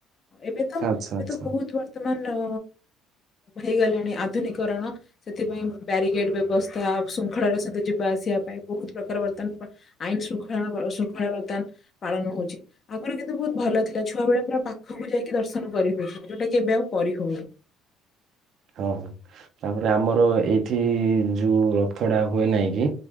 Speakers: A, on the left; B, on the right.
A: ଏବେ ତ
B: ଆଚ୍ଛା
A: ଏବେ
B: ଆଚ୍ଛା।
A: ତ ବହୁତ ବର୍ତ୍ତମାନ ହେଇଗଲାଣି ଆଧୁନିକରଣ। ସେଥିପାଇଁ ବ୍ୟାରିକେଡ ବ୍ୟବସ୍ଥା ଶୃଙ୍ଖଳାରେ ସହିତ ଯିବା ଆସିବା ପାଇଁ ବହୁତ ପ୍ରକାର ବର୍ତ୍ତମାନ ଆଇନ ଶୃଙ୍ଖଳାଣ ଶୃଙ୍ଖଳା ବର୍ତ୍ତମାନ ପାଳନ ହଉଛି। ଆଗୁରୁ କିନ୍ତୁ ବହୁତ ଭଲ ଥିଲା ଛୁଆବେଳେ ପୁରା ପାଖକୁ ଯାଇକି ଦର୍ଶନ କରିହଉଥିଲେ ଯୋଉଟା କି ଏବେ ଆଉ କରିହଉନି।
B: ହ ହଁ, ତାପରେ ଆମର ଏଇଠି ଯୋଉ ରଥ ଡ଼ା ହୁଏ ନାଇଁ କି।